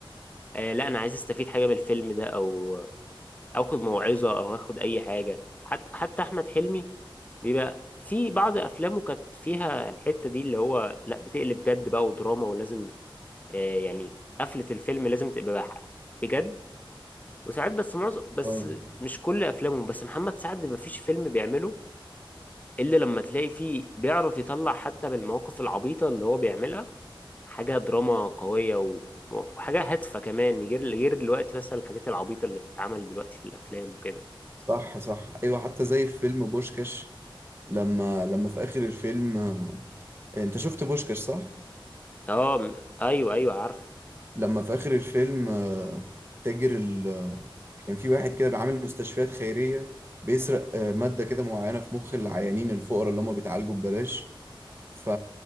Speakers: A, on the left; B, on the right.
A: آه لا انا عايز استفيد حاجه من الفيلم ده او أو اخد موعظه او اخد اي حاجه حتى حتى احمد حلمي بيبقى في بعض افلامه كانت فيها الحته دي اللي هو لا بتقلب جد بقى ودراما ولازم آه يعني قفله الفيلم لازم تبقى بح- بجد وساعات بس معظم بس
B: اه
A: مش كل افلامه بس محمد سعد ما فيش فيلم بيعمله الا لما تلاقي فيه بيعرف يطلع حتى من المواقف العبيطه اللي هو بيعملها حاجه دراما قويه و... وحاجه هادفه كمان غير غير دلوقتي مثلا الحاجات العبيطه اللي بتتعمل دلوقتي في الافلام وكده
B: صح صح ايوه حتى زي في فيلم بوشكاش لما لما في اخر الفيلم آه، انت شفت بوشكاش صح
A: اه م- ايوه ايوه عارف
B: لما في آخر الفيلم آه، تاجر ال آه، كان في واحد كده بيعامل مستشفيات خيرية بيسرق آه، مادة كده معينة في مخ العيانين الفقراء اللي هم بيتعالجوا ببلاش ف...